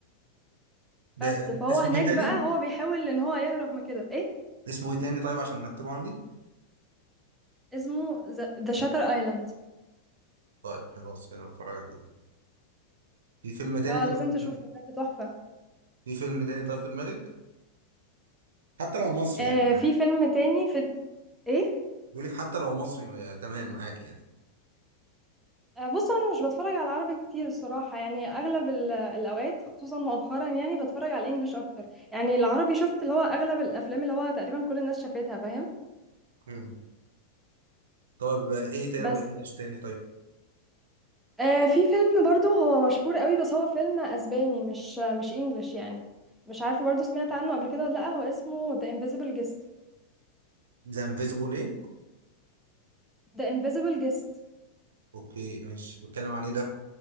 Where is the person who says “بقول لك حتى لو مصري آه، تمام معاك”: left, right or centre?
Right